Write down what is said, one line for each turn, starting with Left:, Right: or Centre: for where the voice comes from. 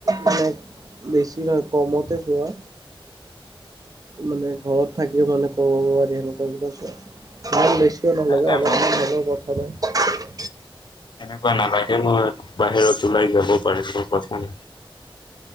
Right: মানে বেছি নহয় কমতে চোৱা মানে ঘৰত থাকিও মানে কমাব পাৰি সেনেকুৱা কিবা চোৱা ভাল লা কিয় নালাগে
Left: নাই নাই
Right: অলপমান
Left: মোক
Right: হ'লেও কথা নাই।
Left: এনেকুৱা নালাগে নহয় বাহিৰত ওলাই যাব পাৰিলেতো কথা নাই